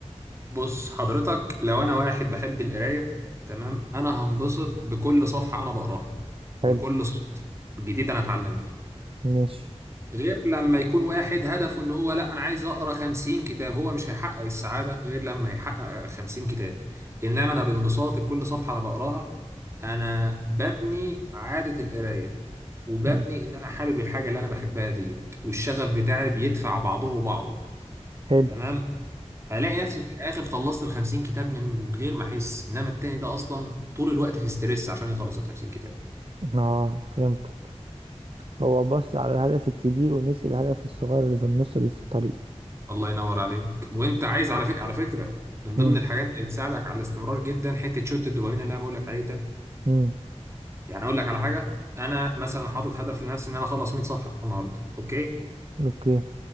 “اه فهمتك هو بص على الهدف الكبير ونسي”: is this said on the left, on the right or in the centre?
Right